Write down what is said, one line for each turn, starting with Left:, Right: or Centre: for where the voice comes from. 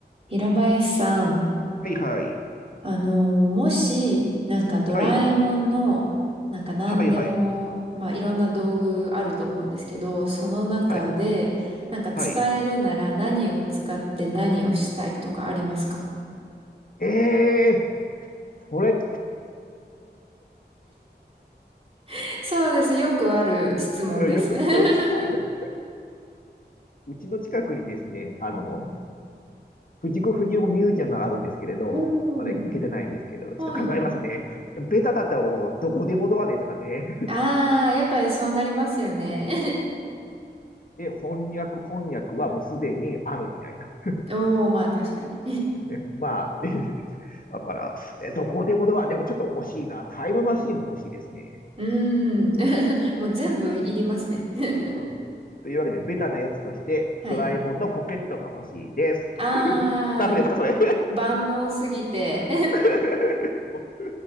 Right: 平林さん、
Left: はいはい。
Right: あのーもし、なんかドラえもんの、
Left: はい。
Right: なんか何でも、
Left: はいはい。
Right: まあいろんな道具あると思うんですけど、その中で、
Left: はい。
Right: なんか使えるなら何を使って何をしたいとかありますか
Left: はい。ええーそれ、
Right: <laughs> そうです。よくある質問です。
Left: よく、
Right: <laughs>
Left: うんある、うちの近くにですね、あの、
Right: う
Left: 藤子不二雄ミュージアムがあるんですけれど、
Right: ん。
Left: まだ行けてないんですけれど、
Right: うん
Left: ちょっと考えますね。
Right: はい。
Left: ベタだとどこでもドアですかね。
Right: ああ、やっぱりそうなりますよね。
Left: で、翻訳、こんにゃくはもうすでにあるみたいな。
Right: <laughs> おー、まあ確かに。
Left: ね、まあ、<laughs> だから、えどこでもドア、でもちょっと惜しいな。タイムマシーンも欲しいですね。
Right: うーん。<laughs> もう全部いりますね。<laughs>
Left: うん、というわけで、ベタなやつとして、
Right: はい。
Left: ドラえもんのポケットが欲しいです。
Right: ああ、
Left: ダメですか、それ
Right: 万能すぎて
Left: <laughs>。もう